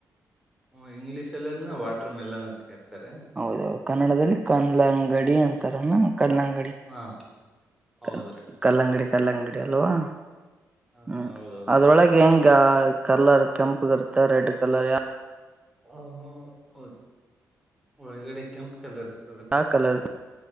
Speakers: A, in the centre; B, on the right.
A: ಹ್ಮ ಇಂಗ್ಲೀಷ್ಲ್ಲಿ ಅದನ್ನ ವಾಟರ್ ಮೆಲನ್ ಅಂತ ಕರಿತಾರೆ
B: ಹೌದೌ ಕನ್ನಡದಲ್ಲಿ ಕಲ್ಲಂಗಡಿ ಅಂತಾರ ಕಲಂಗಡಿ
A: ಹಾ ಹೌದ್ರಿ
B: ಕ ಕಲಂಗಡಿ ಕಲಂಗಡಿ ಅಲವಾ
A: ಹ
B: ಹ್ಮ್
A: ಹಾ ಹೌದೌದ್ರೀ
B: ಅದ್ರೊಳಗೆ ಹೆಂಗ ಕಲರ್ ಕೆಂಪಗಿರುತ್ತೆ ರೆಡ್ ಕಲರ್ ಯಾವ
A: ಹಹ ಹೌದು ಒಳಗಡೆ ಕೆಂಪ್ ಕಲರ್ ಇ
B: ಹ ಕಲರ್